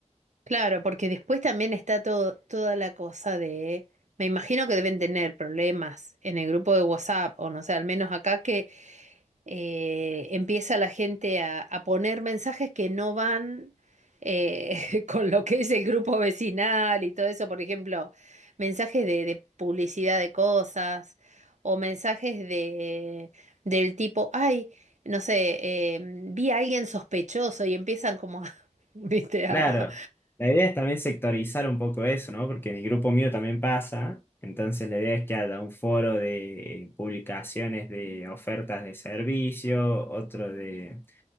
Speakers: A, on the right (about 70°); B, on the left (about 15°).
A: Claro, porque después también está todo, toda la cosa de. Me imagino que deben tener problemas en el grupo de WhatsApp, o no sé, al menos acá que eh, empieza la gente a, a poner mensajes que no van eh, <laughs> con lo que es el grupo vecinal y todo eso, por ejemplo, mensajes de, de publicidad de cosas o mensajes de, del tipo, ay, no sé, eh, vi a alguien sospechoso y empiezan como a, <laughs> viste, a...
B: Claro, la idea es también sectorizar un poco eso, ¿no? Porque en el grupo mío también pasa, entonces la idea es que haya un foro de eh, publicaciones de ofertas de servicio, otro de...